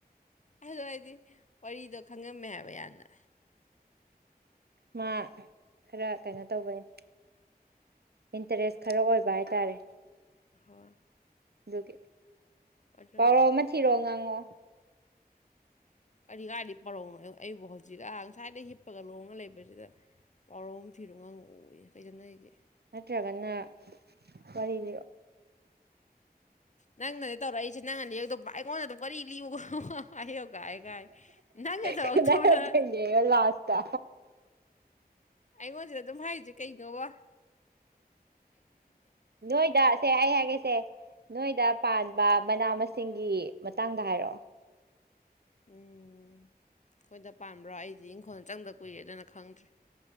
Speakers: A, on the left (about 45°); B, on the right (about 80°).
A: ꯑꯗꯨ ꯑꯩꯗꯤ ꯋꯥꯔꯤꯗꯣ ꯈꯪꯉꯝꯃꯦ ꯍꯥꯏꯕ ꯌꯥꯝꯅ
B: ꯃꯥ ꯈꯔ ꯀꯩꯅꯣ ꯇꯧꯕꯅꯦ ꯏꯟꯇꯔꯦꯁ ꯈꯔ ꯑꯣꯏꯕ ꯍꯥꯏꯇꯥꯔꯦ
A: ꯍꯣꯏ
B: ꯑꯗꯨꯒꯤ
A: ꯑꯗꯨ
B: ꯄꯥꯎꯔꯧ ꯑꯃ ꯊꯤꯔꯛꯑꯣ ꯉꯥꯡꯉꯣ
A: ꯀꯔꯤ ꯀꯥꯏꯗꯒꯤ ꯄꯔꯧꯅꯣ ꯑꯩꯕꯨ ꯍꯧꯖꯤꯛ ꯑ ꯉꯁꯥꯏꯗꯩ ꯍꯤꯞꯄꯒ ꯂꯣꯡꯉ ꯂꯩꯕꯁꯤꯗ ꯄꯔꯧ ꯊꯤꯔꯣ ꯉꯪꯉꯛꯑꫭꯌꯦꯏ ꯀꯩꯗ ꯆꯟꯅꯔꯤꯒꯦ
B: ꯅꯠꯇ꯭ꯔꯒꯅ ꯋꯥꯔꯤꯗꯤ
A: ꯅꯪꯅꯅꯦ ꯇꯧꯔꯛꯏꯁꯦ ꯅꯪꯅ ꯂꯤꯔꯛ ꯇꯧꯕ ꯑꯩꯉꯣꯟꯗ ꯑꯗꯨꯝ ꯋꯥꯔꯤ ꯂꯤꯌꯨꯒ ꯍꯥꯏꯌꯣ ꯒꯥꯏꯑ ꯒꯥꯏ ꯅꯪꯒ ꯇꯧꯔꯛꯇꯔ
B: ꯈꯠꯅꯔꯛꯇꯣꯏꯅꯦꯕ ꯂꯥꯁꯇ
A: ꯑꯩꯉꯣꯟꯁꯤꯗ ꯑꯗꯨꯝ ꯍꯥꯏꯁꯤ ꯀꯩꯗꯧꯕ
B: ꯅꯣꯏ ꯇꯁꯦ ꯑꯩ ꯍꯦꯛ ꯆꯒꯦꯁꯦ ꯅꯣꯏꯗ ꯄꯥꯟꯕ ꯃꯅꯥ ꯃꯁꯤꯡꯒꯤ ꯃꯇꯥꯡꯗ ꯍꯥꯏꯔꯛꯑꯣ
A: ꯎꯝ ꯑꯩꯈꯣꯏꯗ ꯄꯥꯝꯕ꯭ꯔꯣ ꯑꯩꯗꯤ ꯏꯪꯈꯣꯜ ꯆꯪꯗ ꯀꯨꯏꯦ ꯑꯗꯨꯅ ꯈꯪꯗ꯭ꯔꯦ